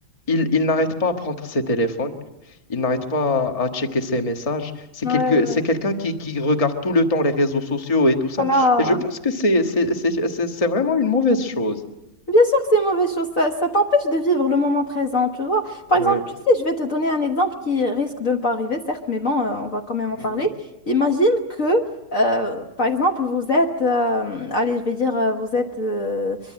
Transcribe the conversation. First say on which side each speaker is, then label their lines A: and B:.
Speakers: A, on the left; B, on the left.
A: il, il n'arrête pas à prendre ses téléphones. Il n'arrête pas à checker ses messages. C'est
B: Ouais,
A: quelque,
B: ouais.
A: c'est quelqu'un qui, qui regarde tout le temps les réseaux sociaux et tout ça.
B: Voilà.
A: Et je pense que c'est, c'est, c'est, c'est- c'est vraiment une mauvaise chose.
B: Bien sûr que c'est une mauvaise chose, ça, ça t'empêche de vivre le moment présent, tu vois. Par
A: Ouais.
B: exemple, tu sais, je vais te donner un exemple qui risque de ne pas arriver, certes, mais bon, euh, on va quand même en
A: Mhm.
B: parler. Imagine que, euh, par exemple, vous êtes, euh, allez, je vais dire, euh, vous êtes euh,